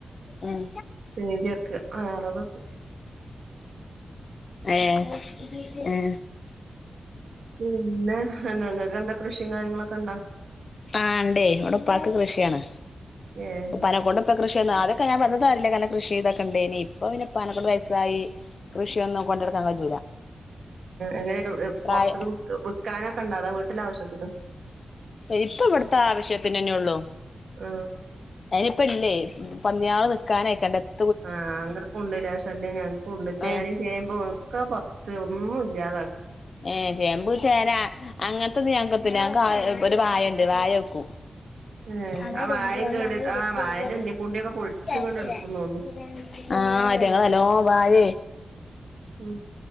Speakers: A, on the left; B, on the right.
A: ഉം
B: <unintelligible> ഒക്കെ ആറുപ
A: ഏ ഏ
B: പിന്നെ നിങ്ങൾക്ക് എന്താ കൃഷിയും കാര്യങ്ങളൊക്കെ ഉണ്ടോ
A: ആണ്ടേ ഇവട ഉപ്പാക്ക് കൃഷിയാണ്
B: ഏഹ്
A: ഉപ്പാനെ കൊണ്ട് ഇപ്പൊ കൃഷി അതൊക്കെ ഞാൻന്നത അല്ലങ്ങന കൃഷി ചെയ്തൊക്കെണ്ട് ഇനി ഇപ്പൊ പിന്ന ഉപ്പാനെ കൊണ്ട് വയസ്സായി കൃഷിയൊന്നും കൊണ്ടെടുക്കാൻ കജൂല
B: എങ്ങനെ
A: പ്രായ
B: പുറത്ത് വിക്കാനൊക്കെ ഉണ്ട അതോ വീട്ടില ആവശ്യത്തിനോ
A: ഇപ്പൊ ഇവിടുത്തെ ആവശ്യത്തിന്നന്നെ ഉള്ളൂ
B: ആഹ്
A: അയിനിപ്പ ഇല്ലേ പന്നിയാള് നിക്കാനാ <unintelligible>
B: ആ അങ്ങനക്കും ഉണ്ട്ല്ല ശല്യം ഞങ്ങക്കും ഉണ്ട് ചേന
A: ആഹ്
B: ചേമ്പും ഒക്കെ പറിച്ച് ഒന്നും ഇല്ലാത
A: ഏ ചേമ്പൂച്ചേനാ അങ്ങനത്തെ ത് ഞാക്കെന്തിന ഒരു വായണ്ട് വായ വെക്കും
B: ഏഹ്
A: <unintelligible>
B: ആ വാഴയും കേട് ആ വാഴന്റെ എണ്ണി പൂണ്ടിയൊക്കെ പൊളിച്ച്ങ്ങാണ്ട് എടുക്കുംന്ന് തോന്നുന്നു.
A: ആ ആറ്റങ്ങളല്ലോ വായ
B: ഉം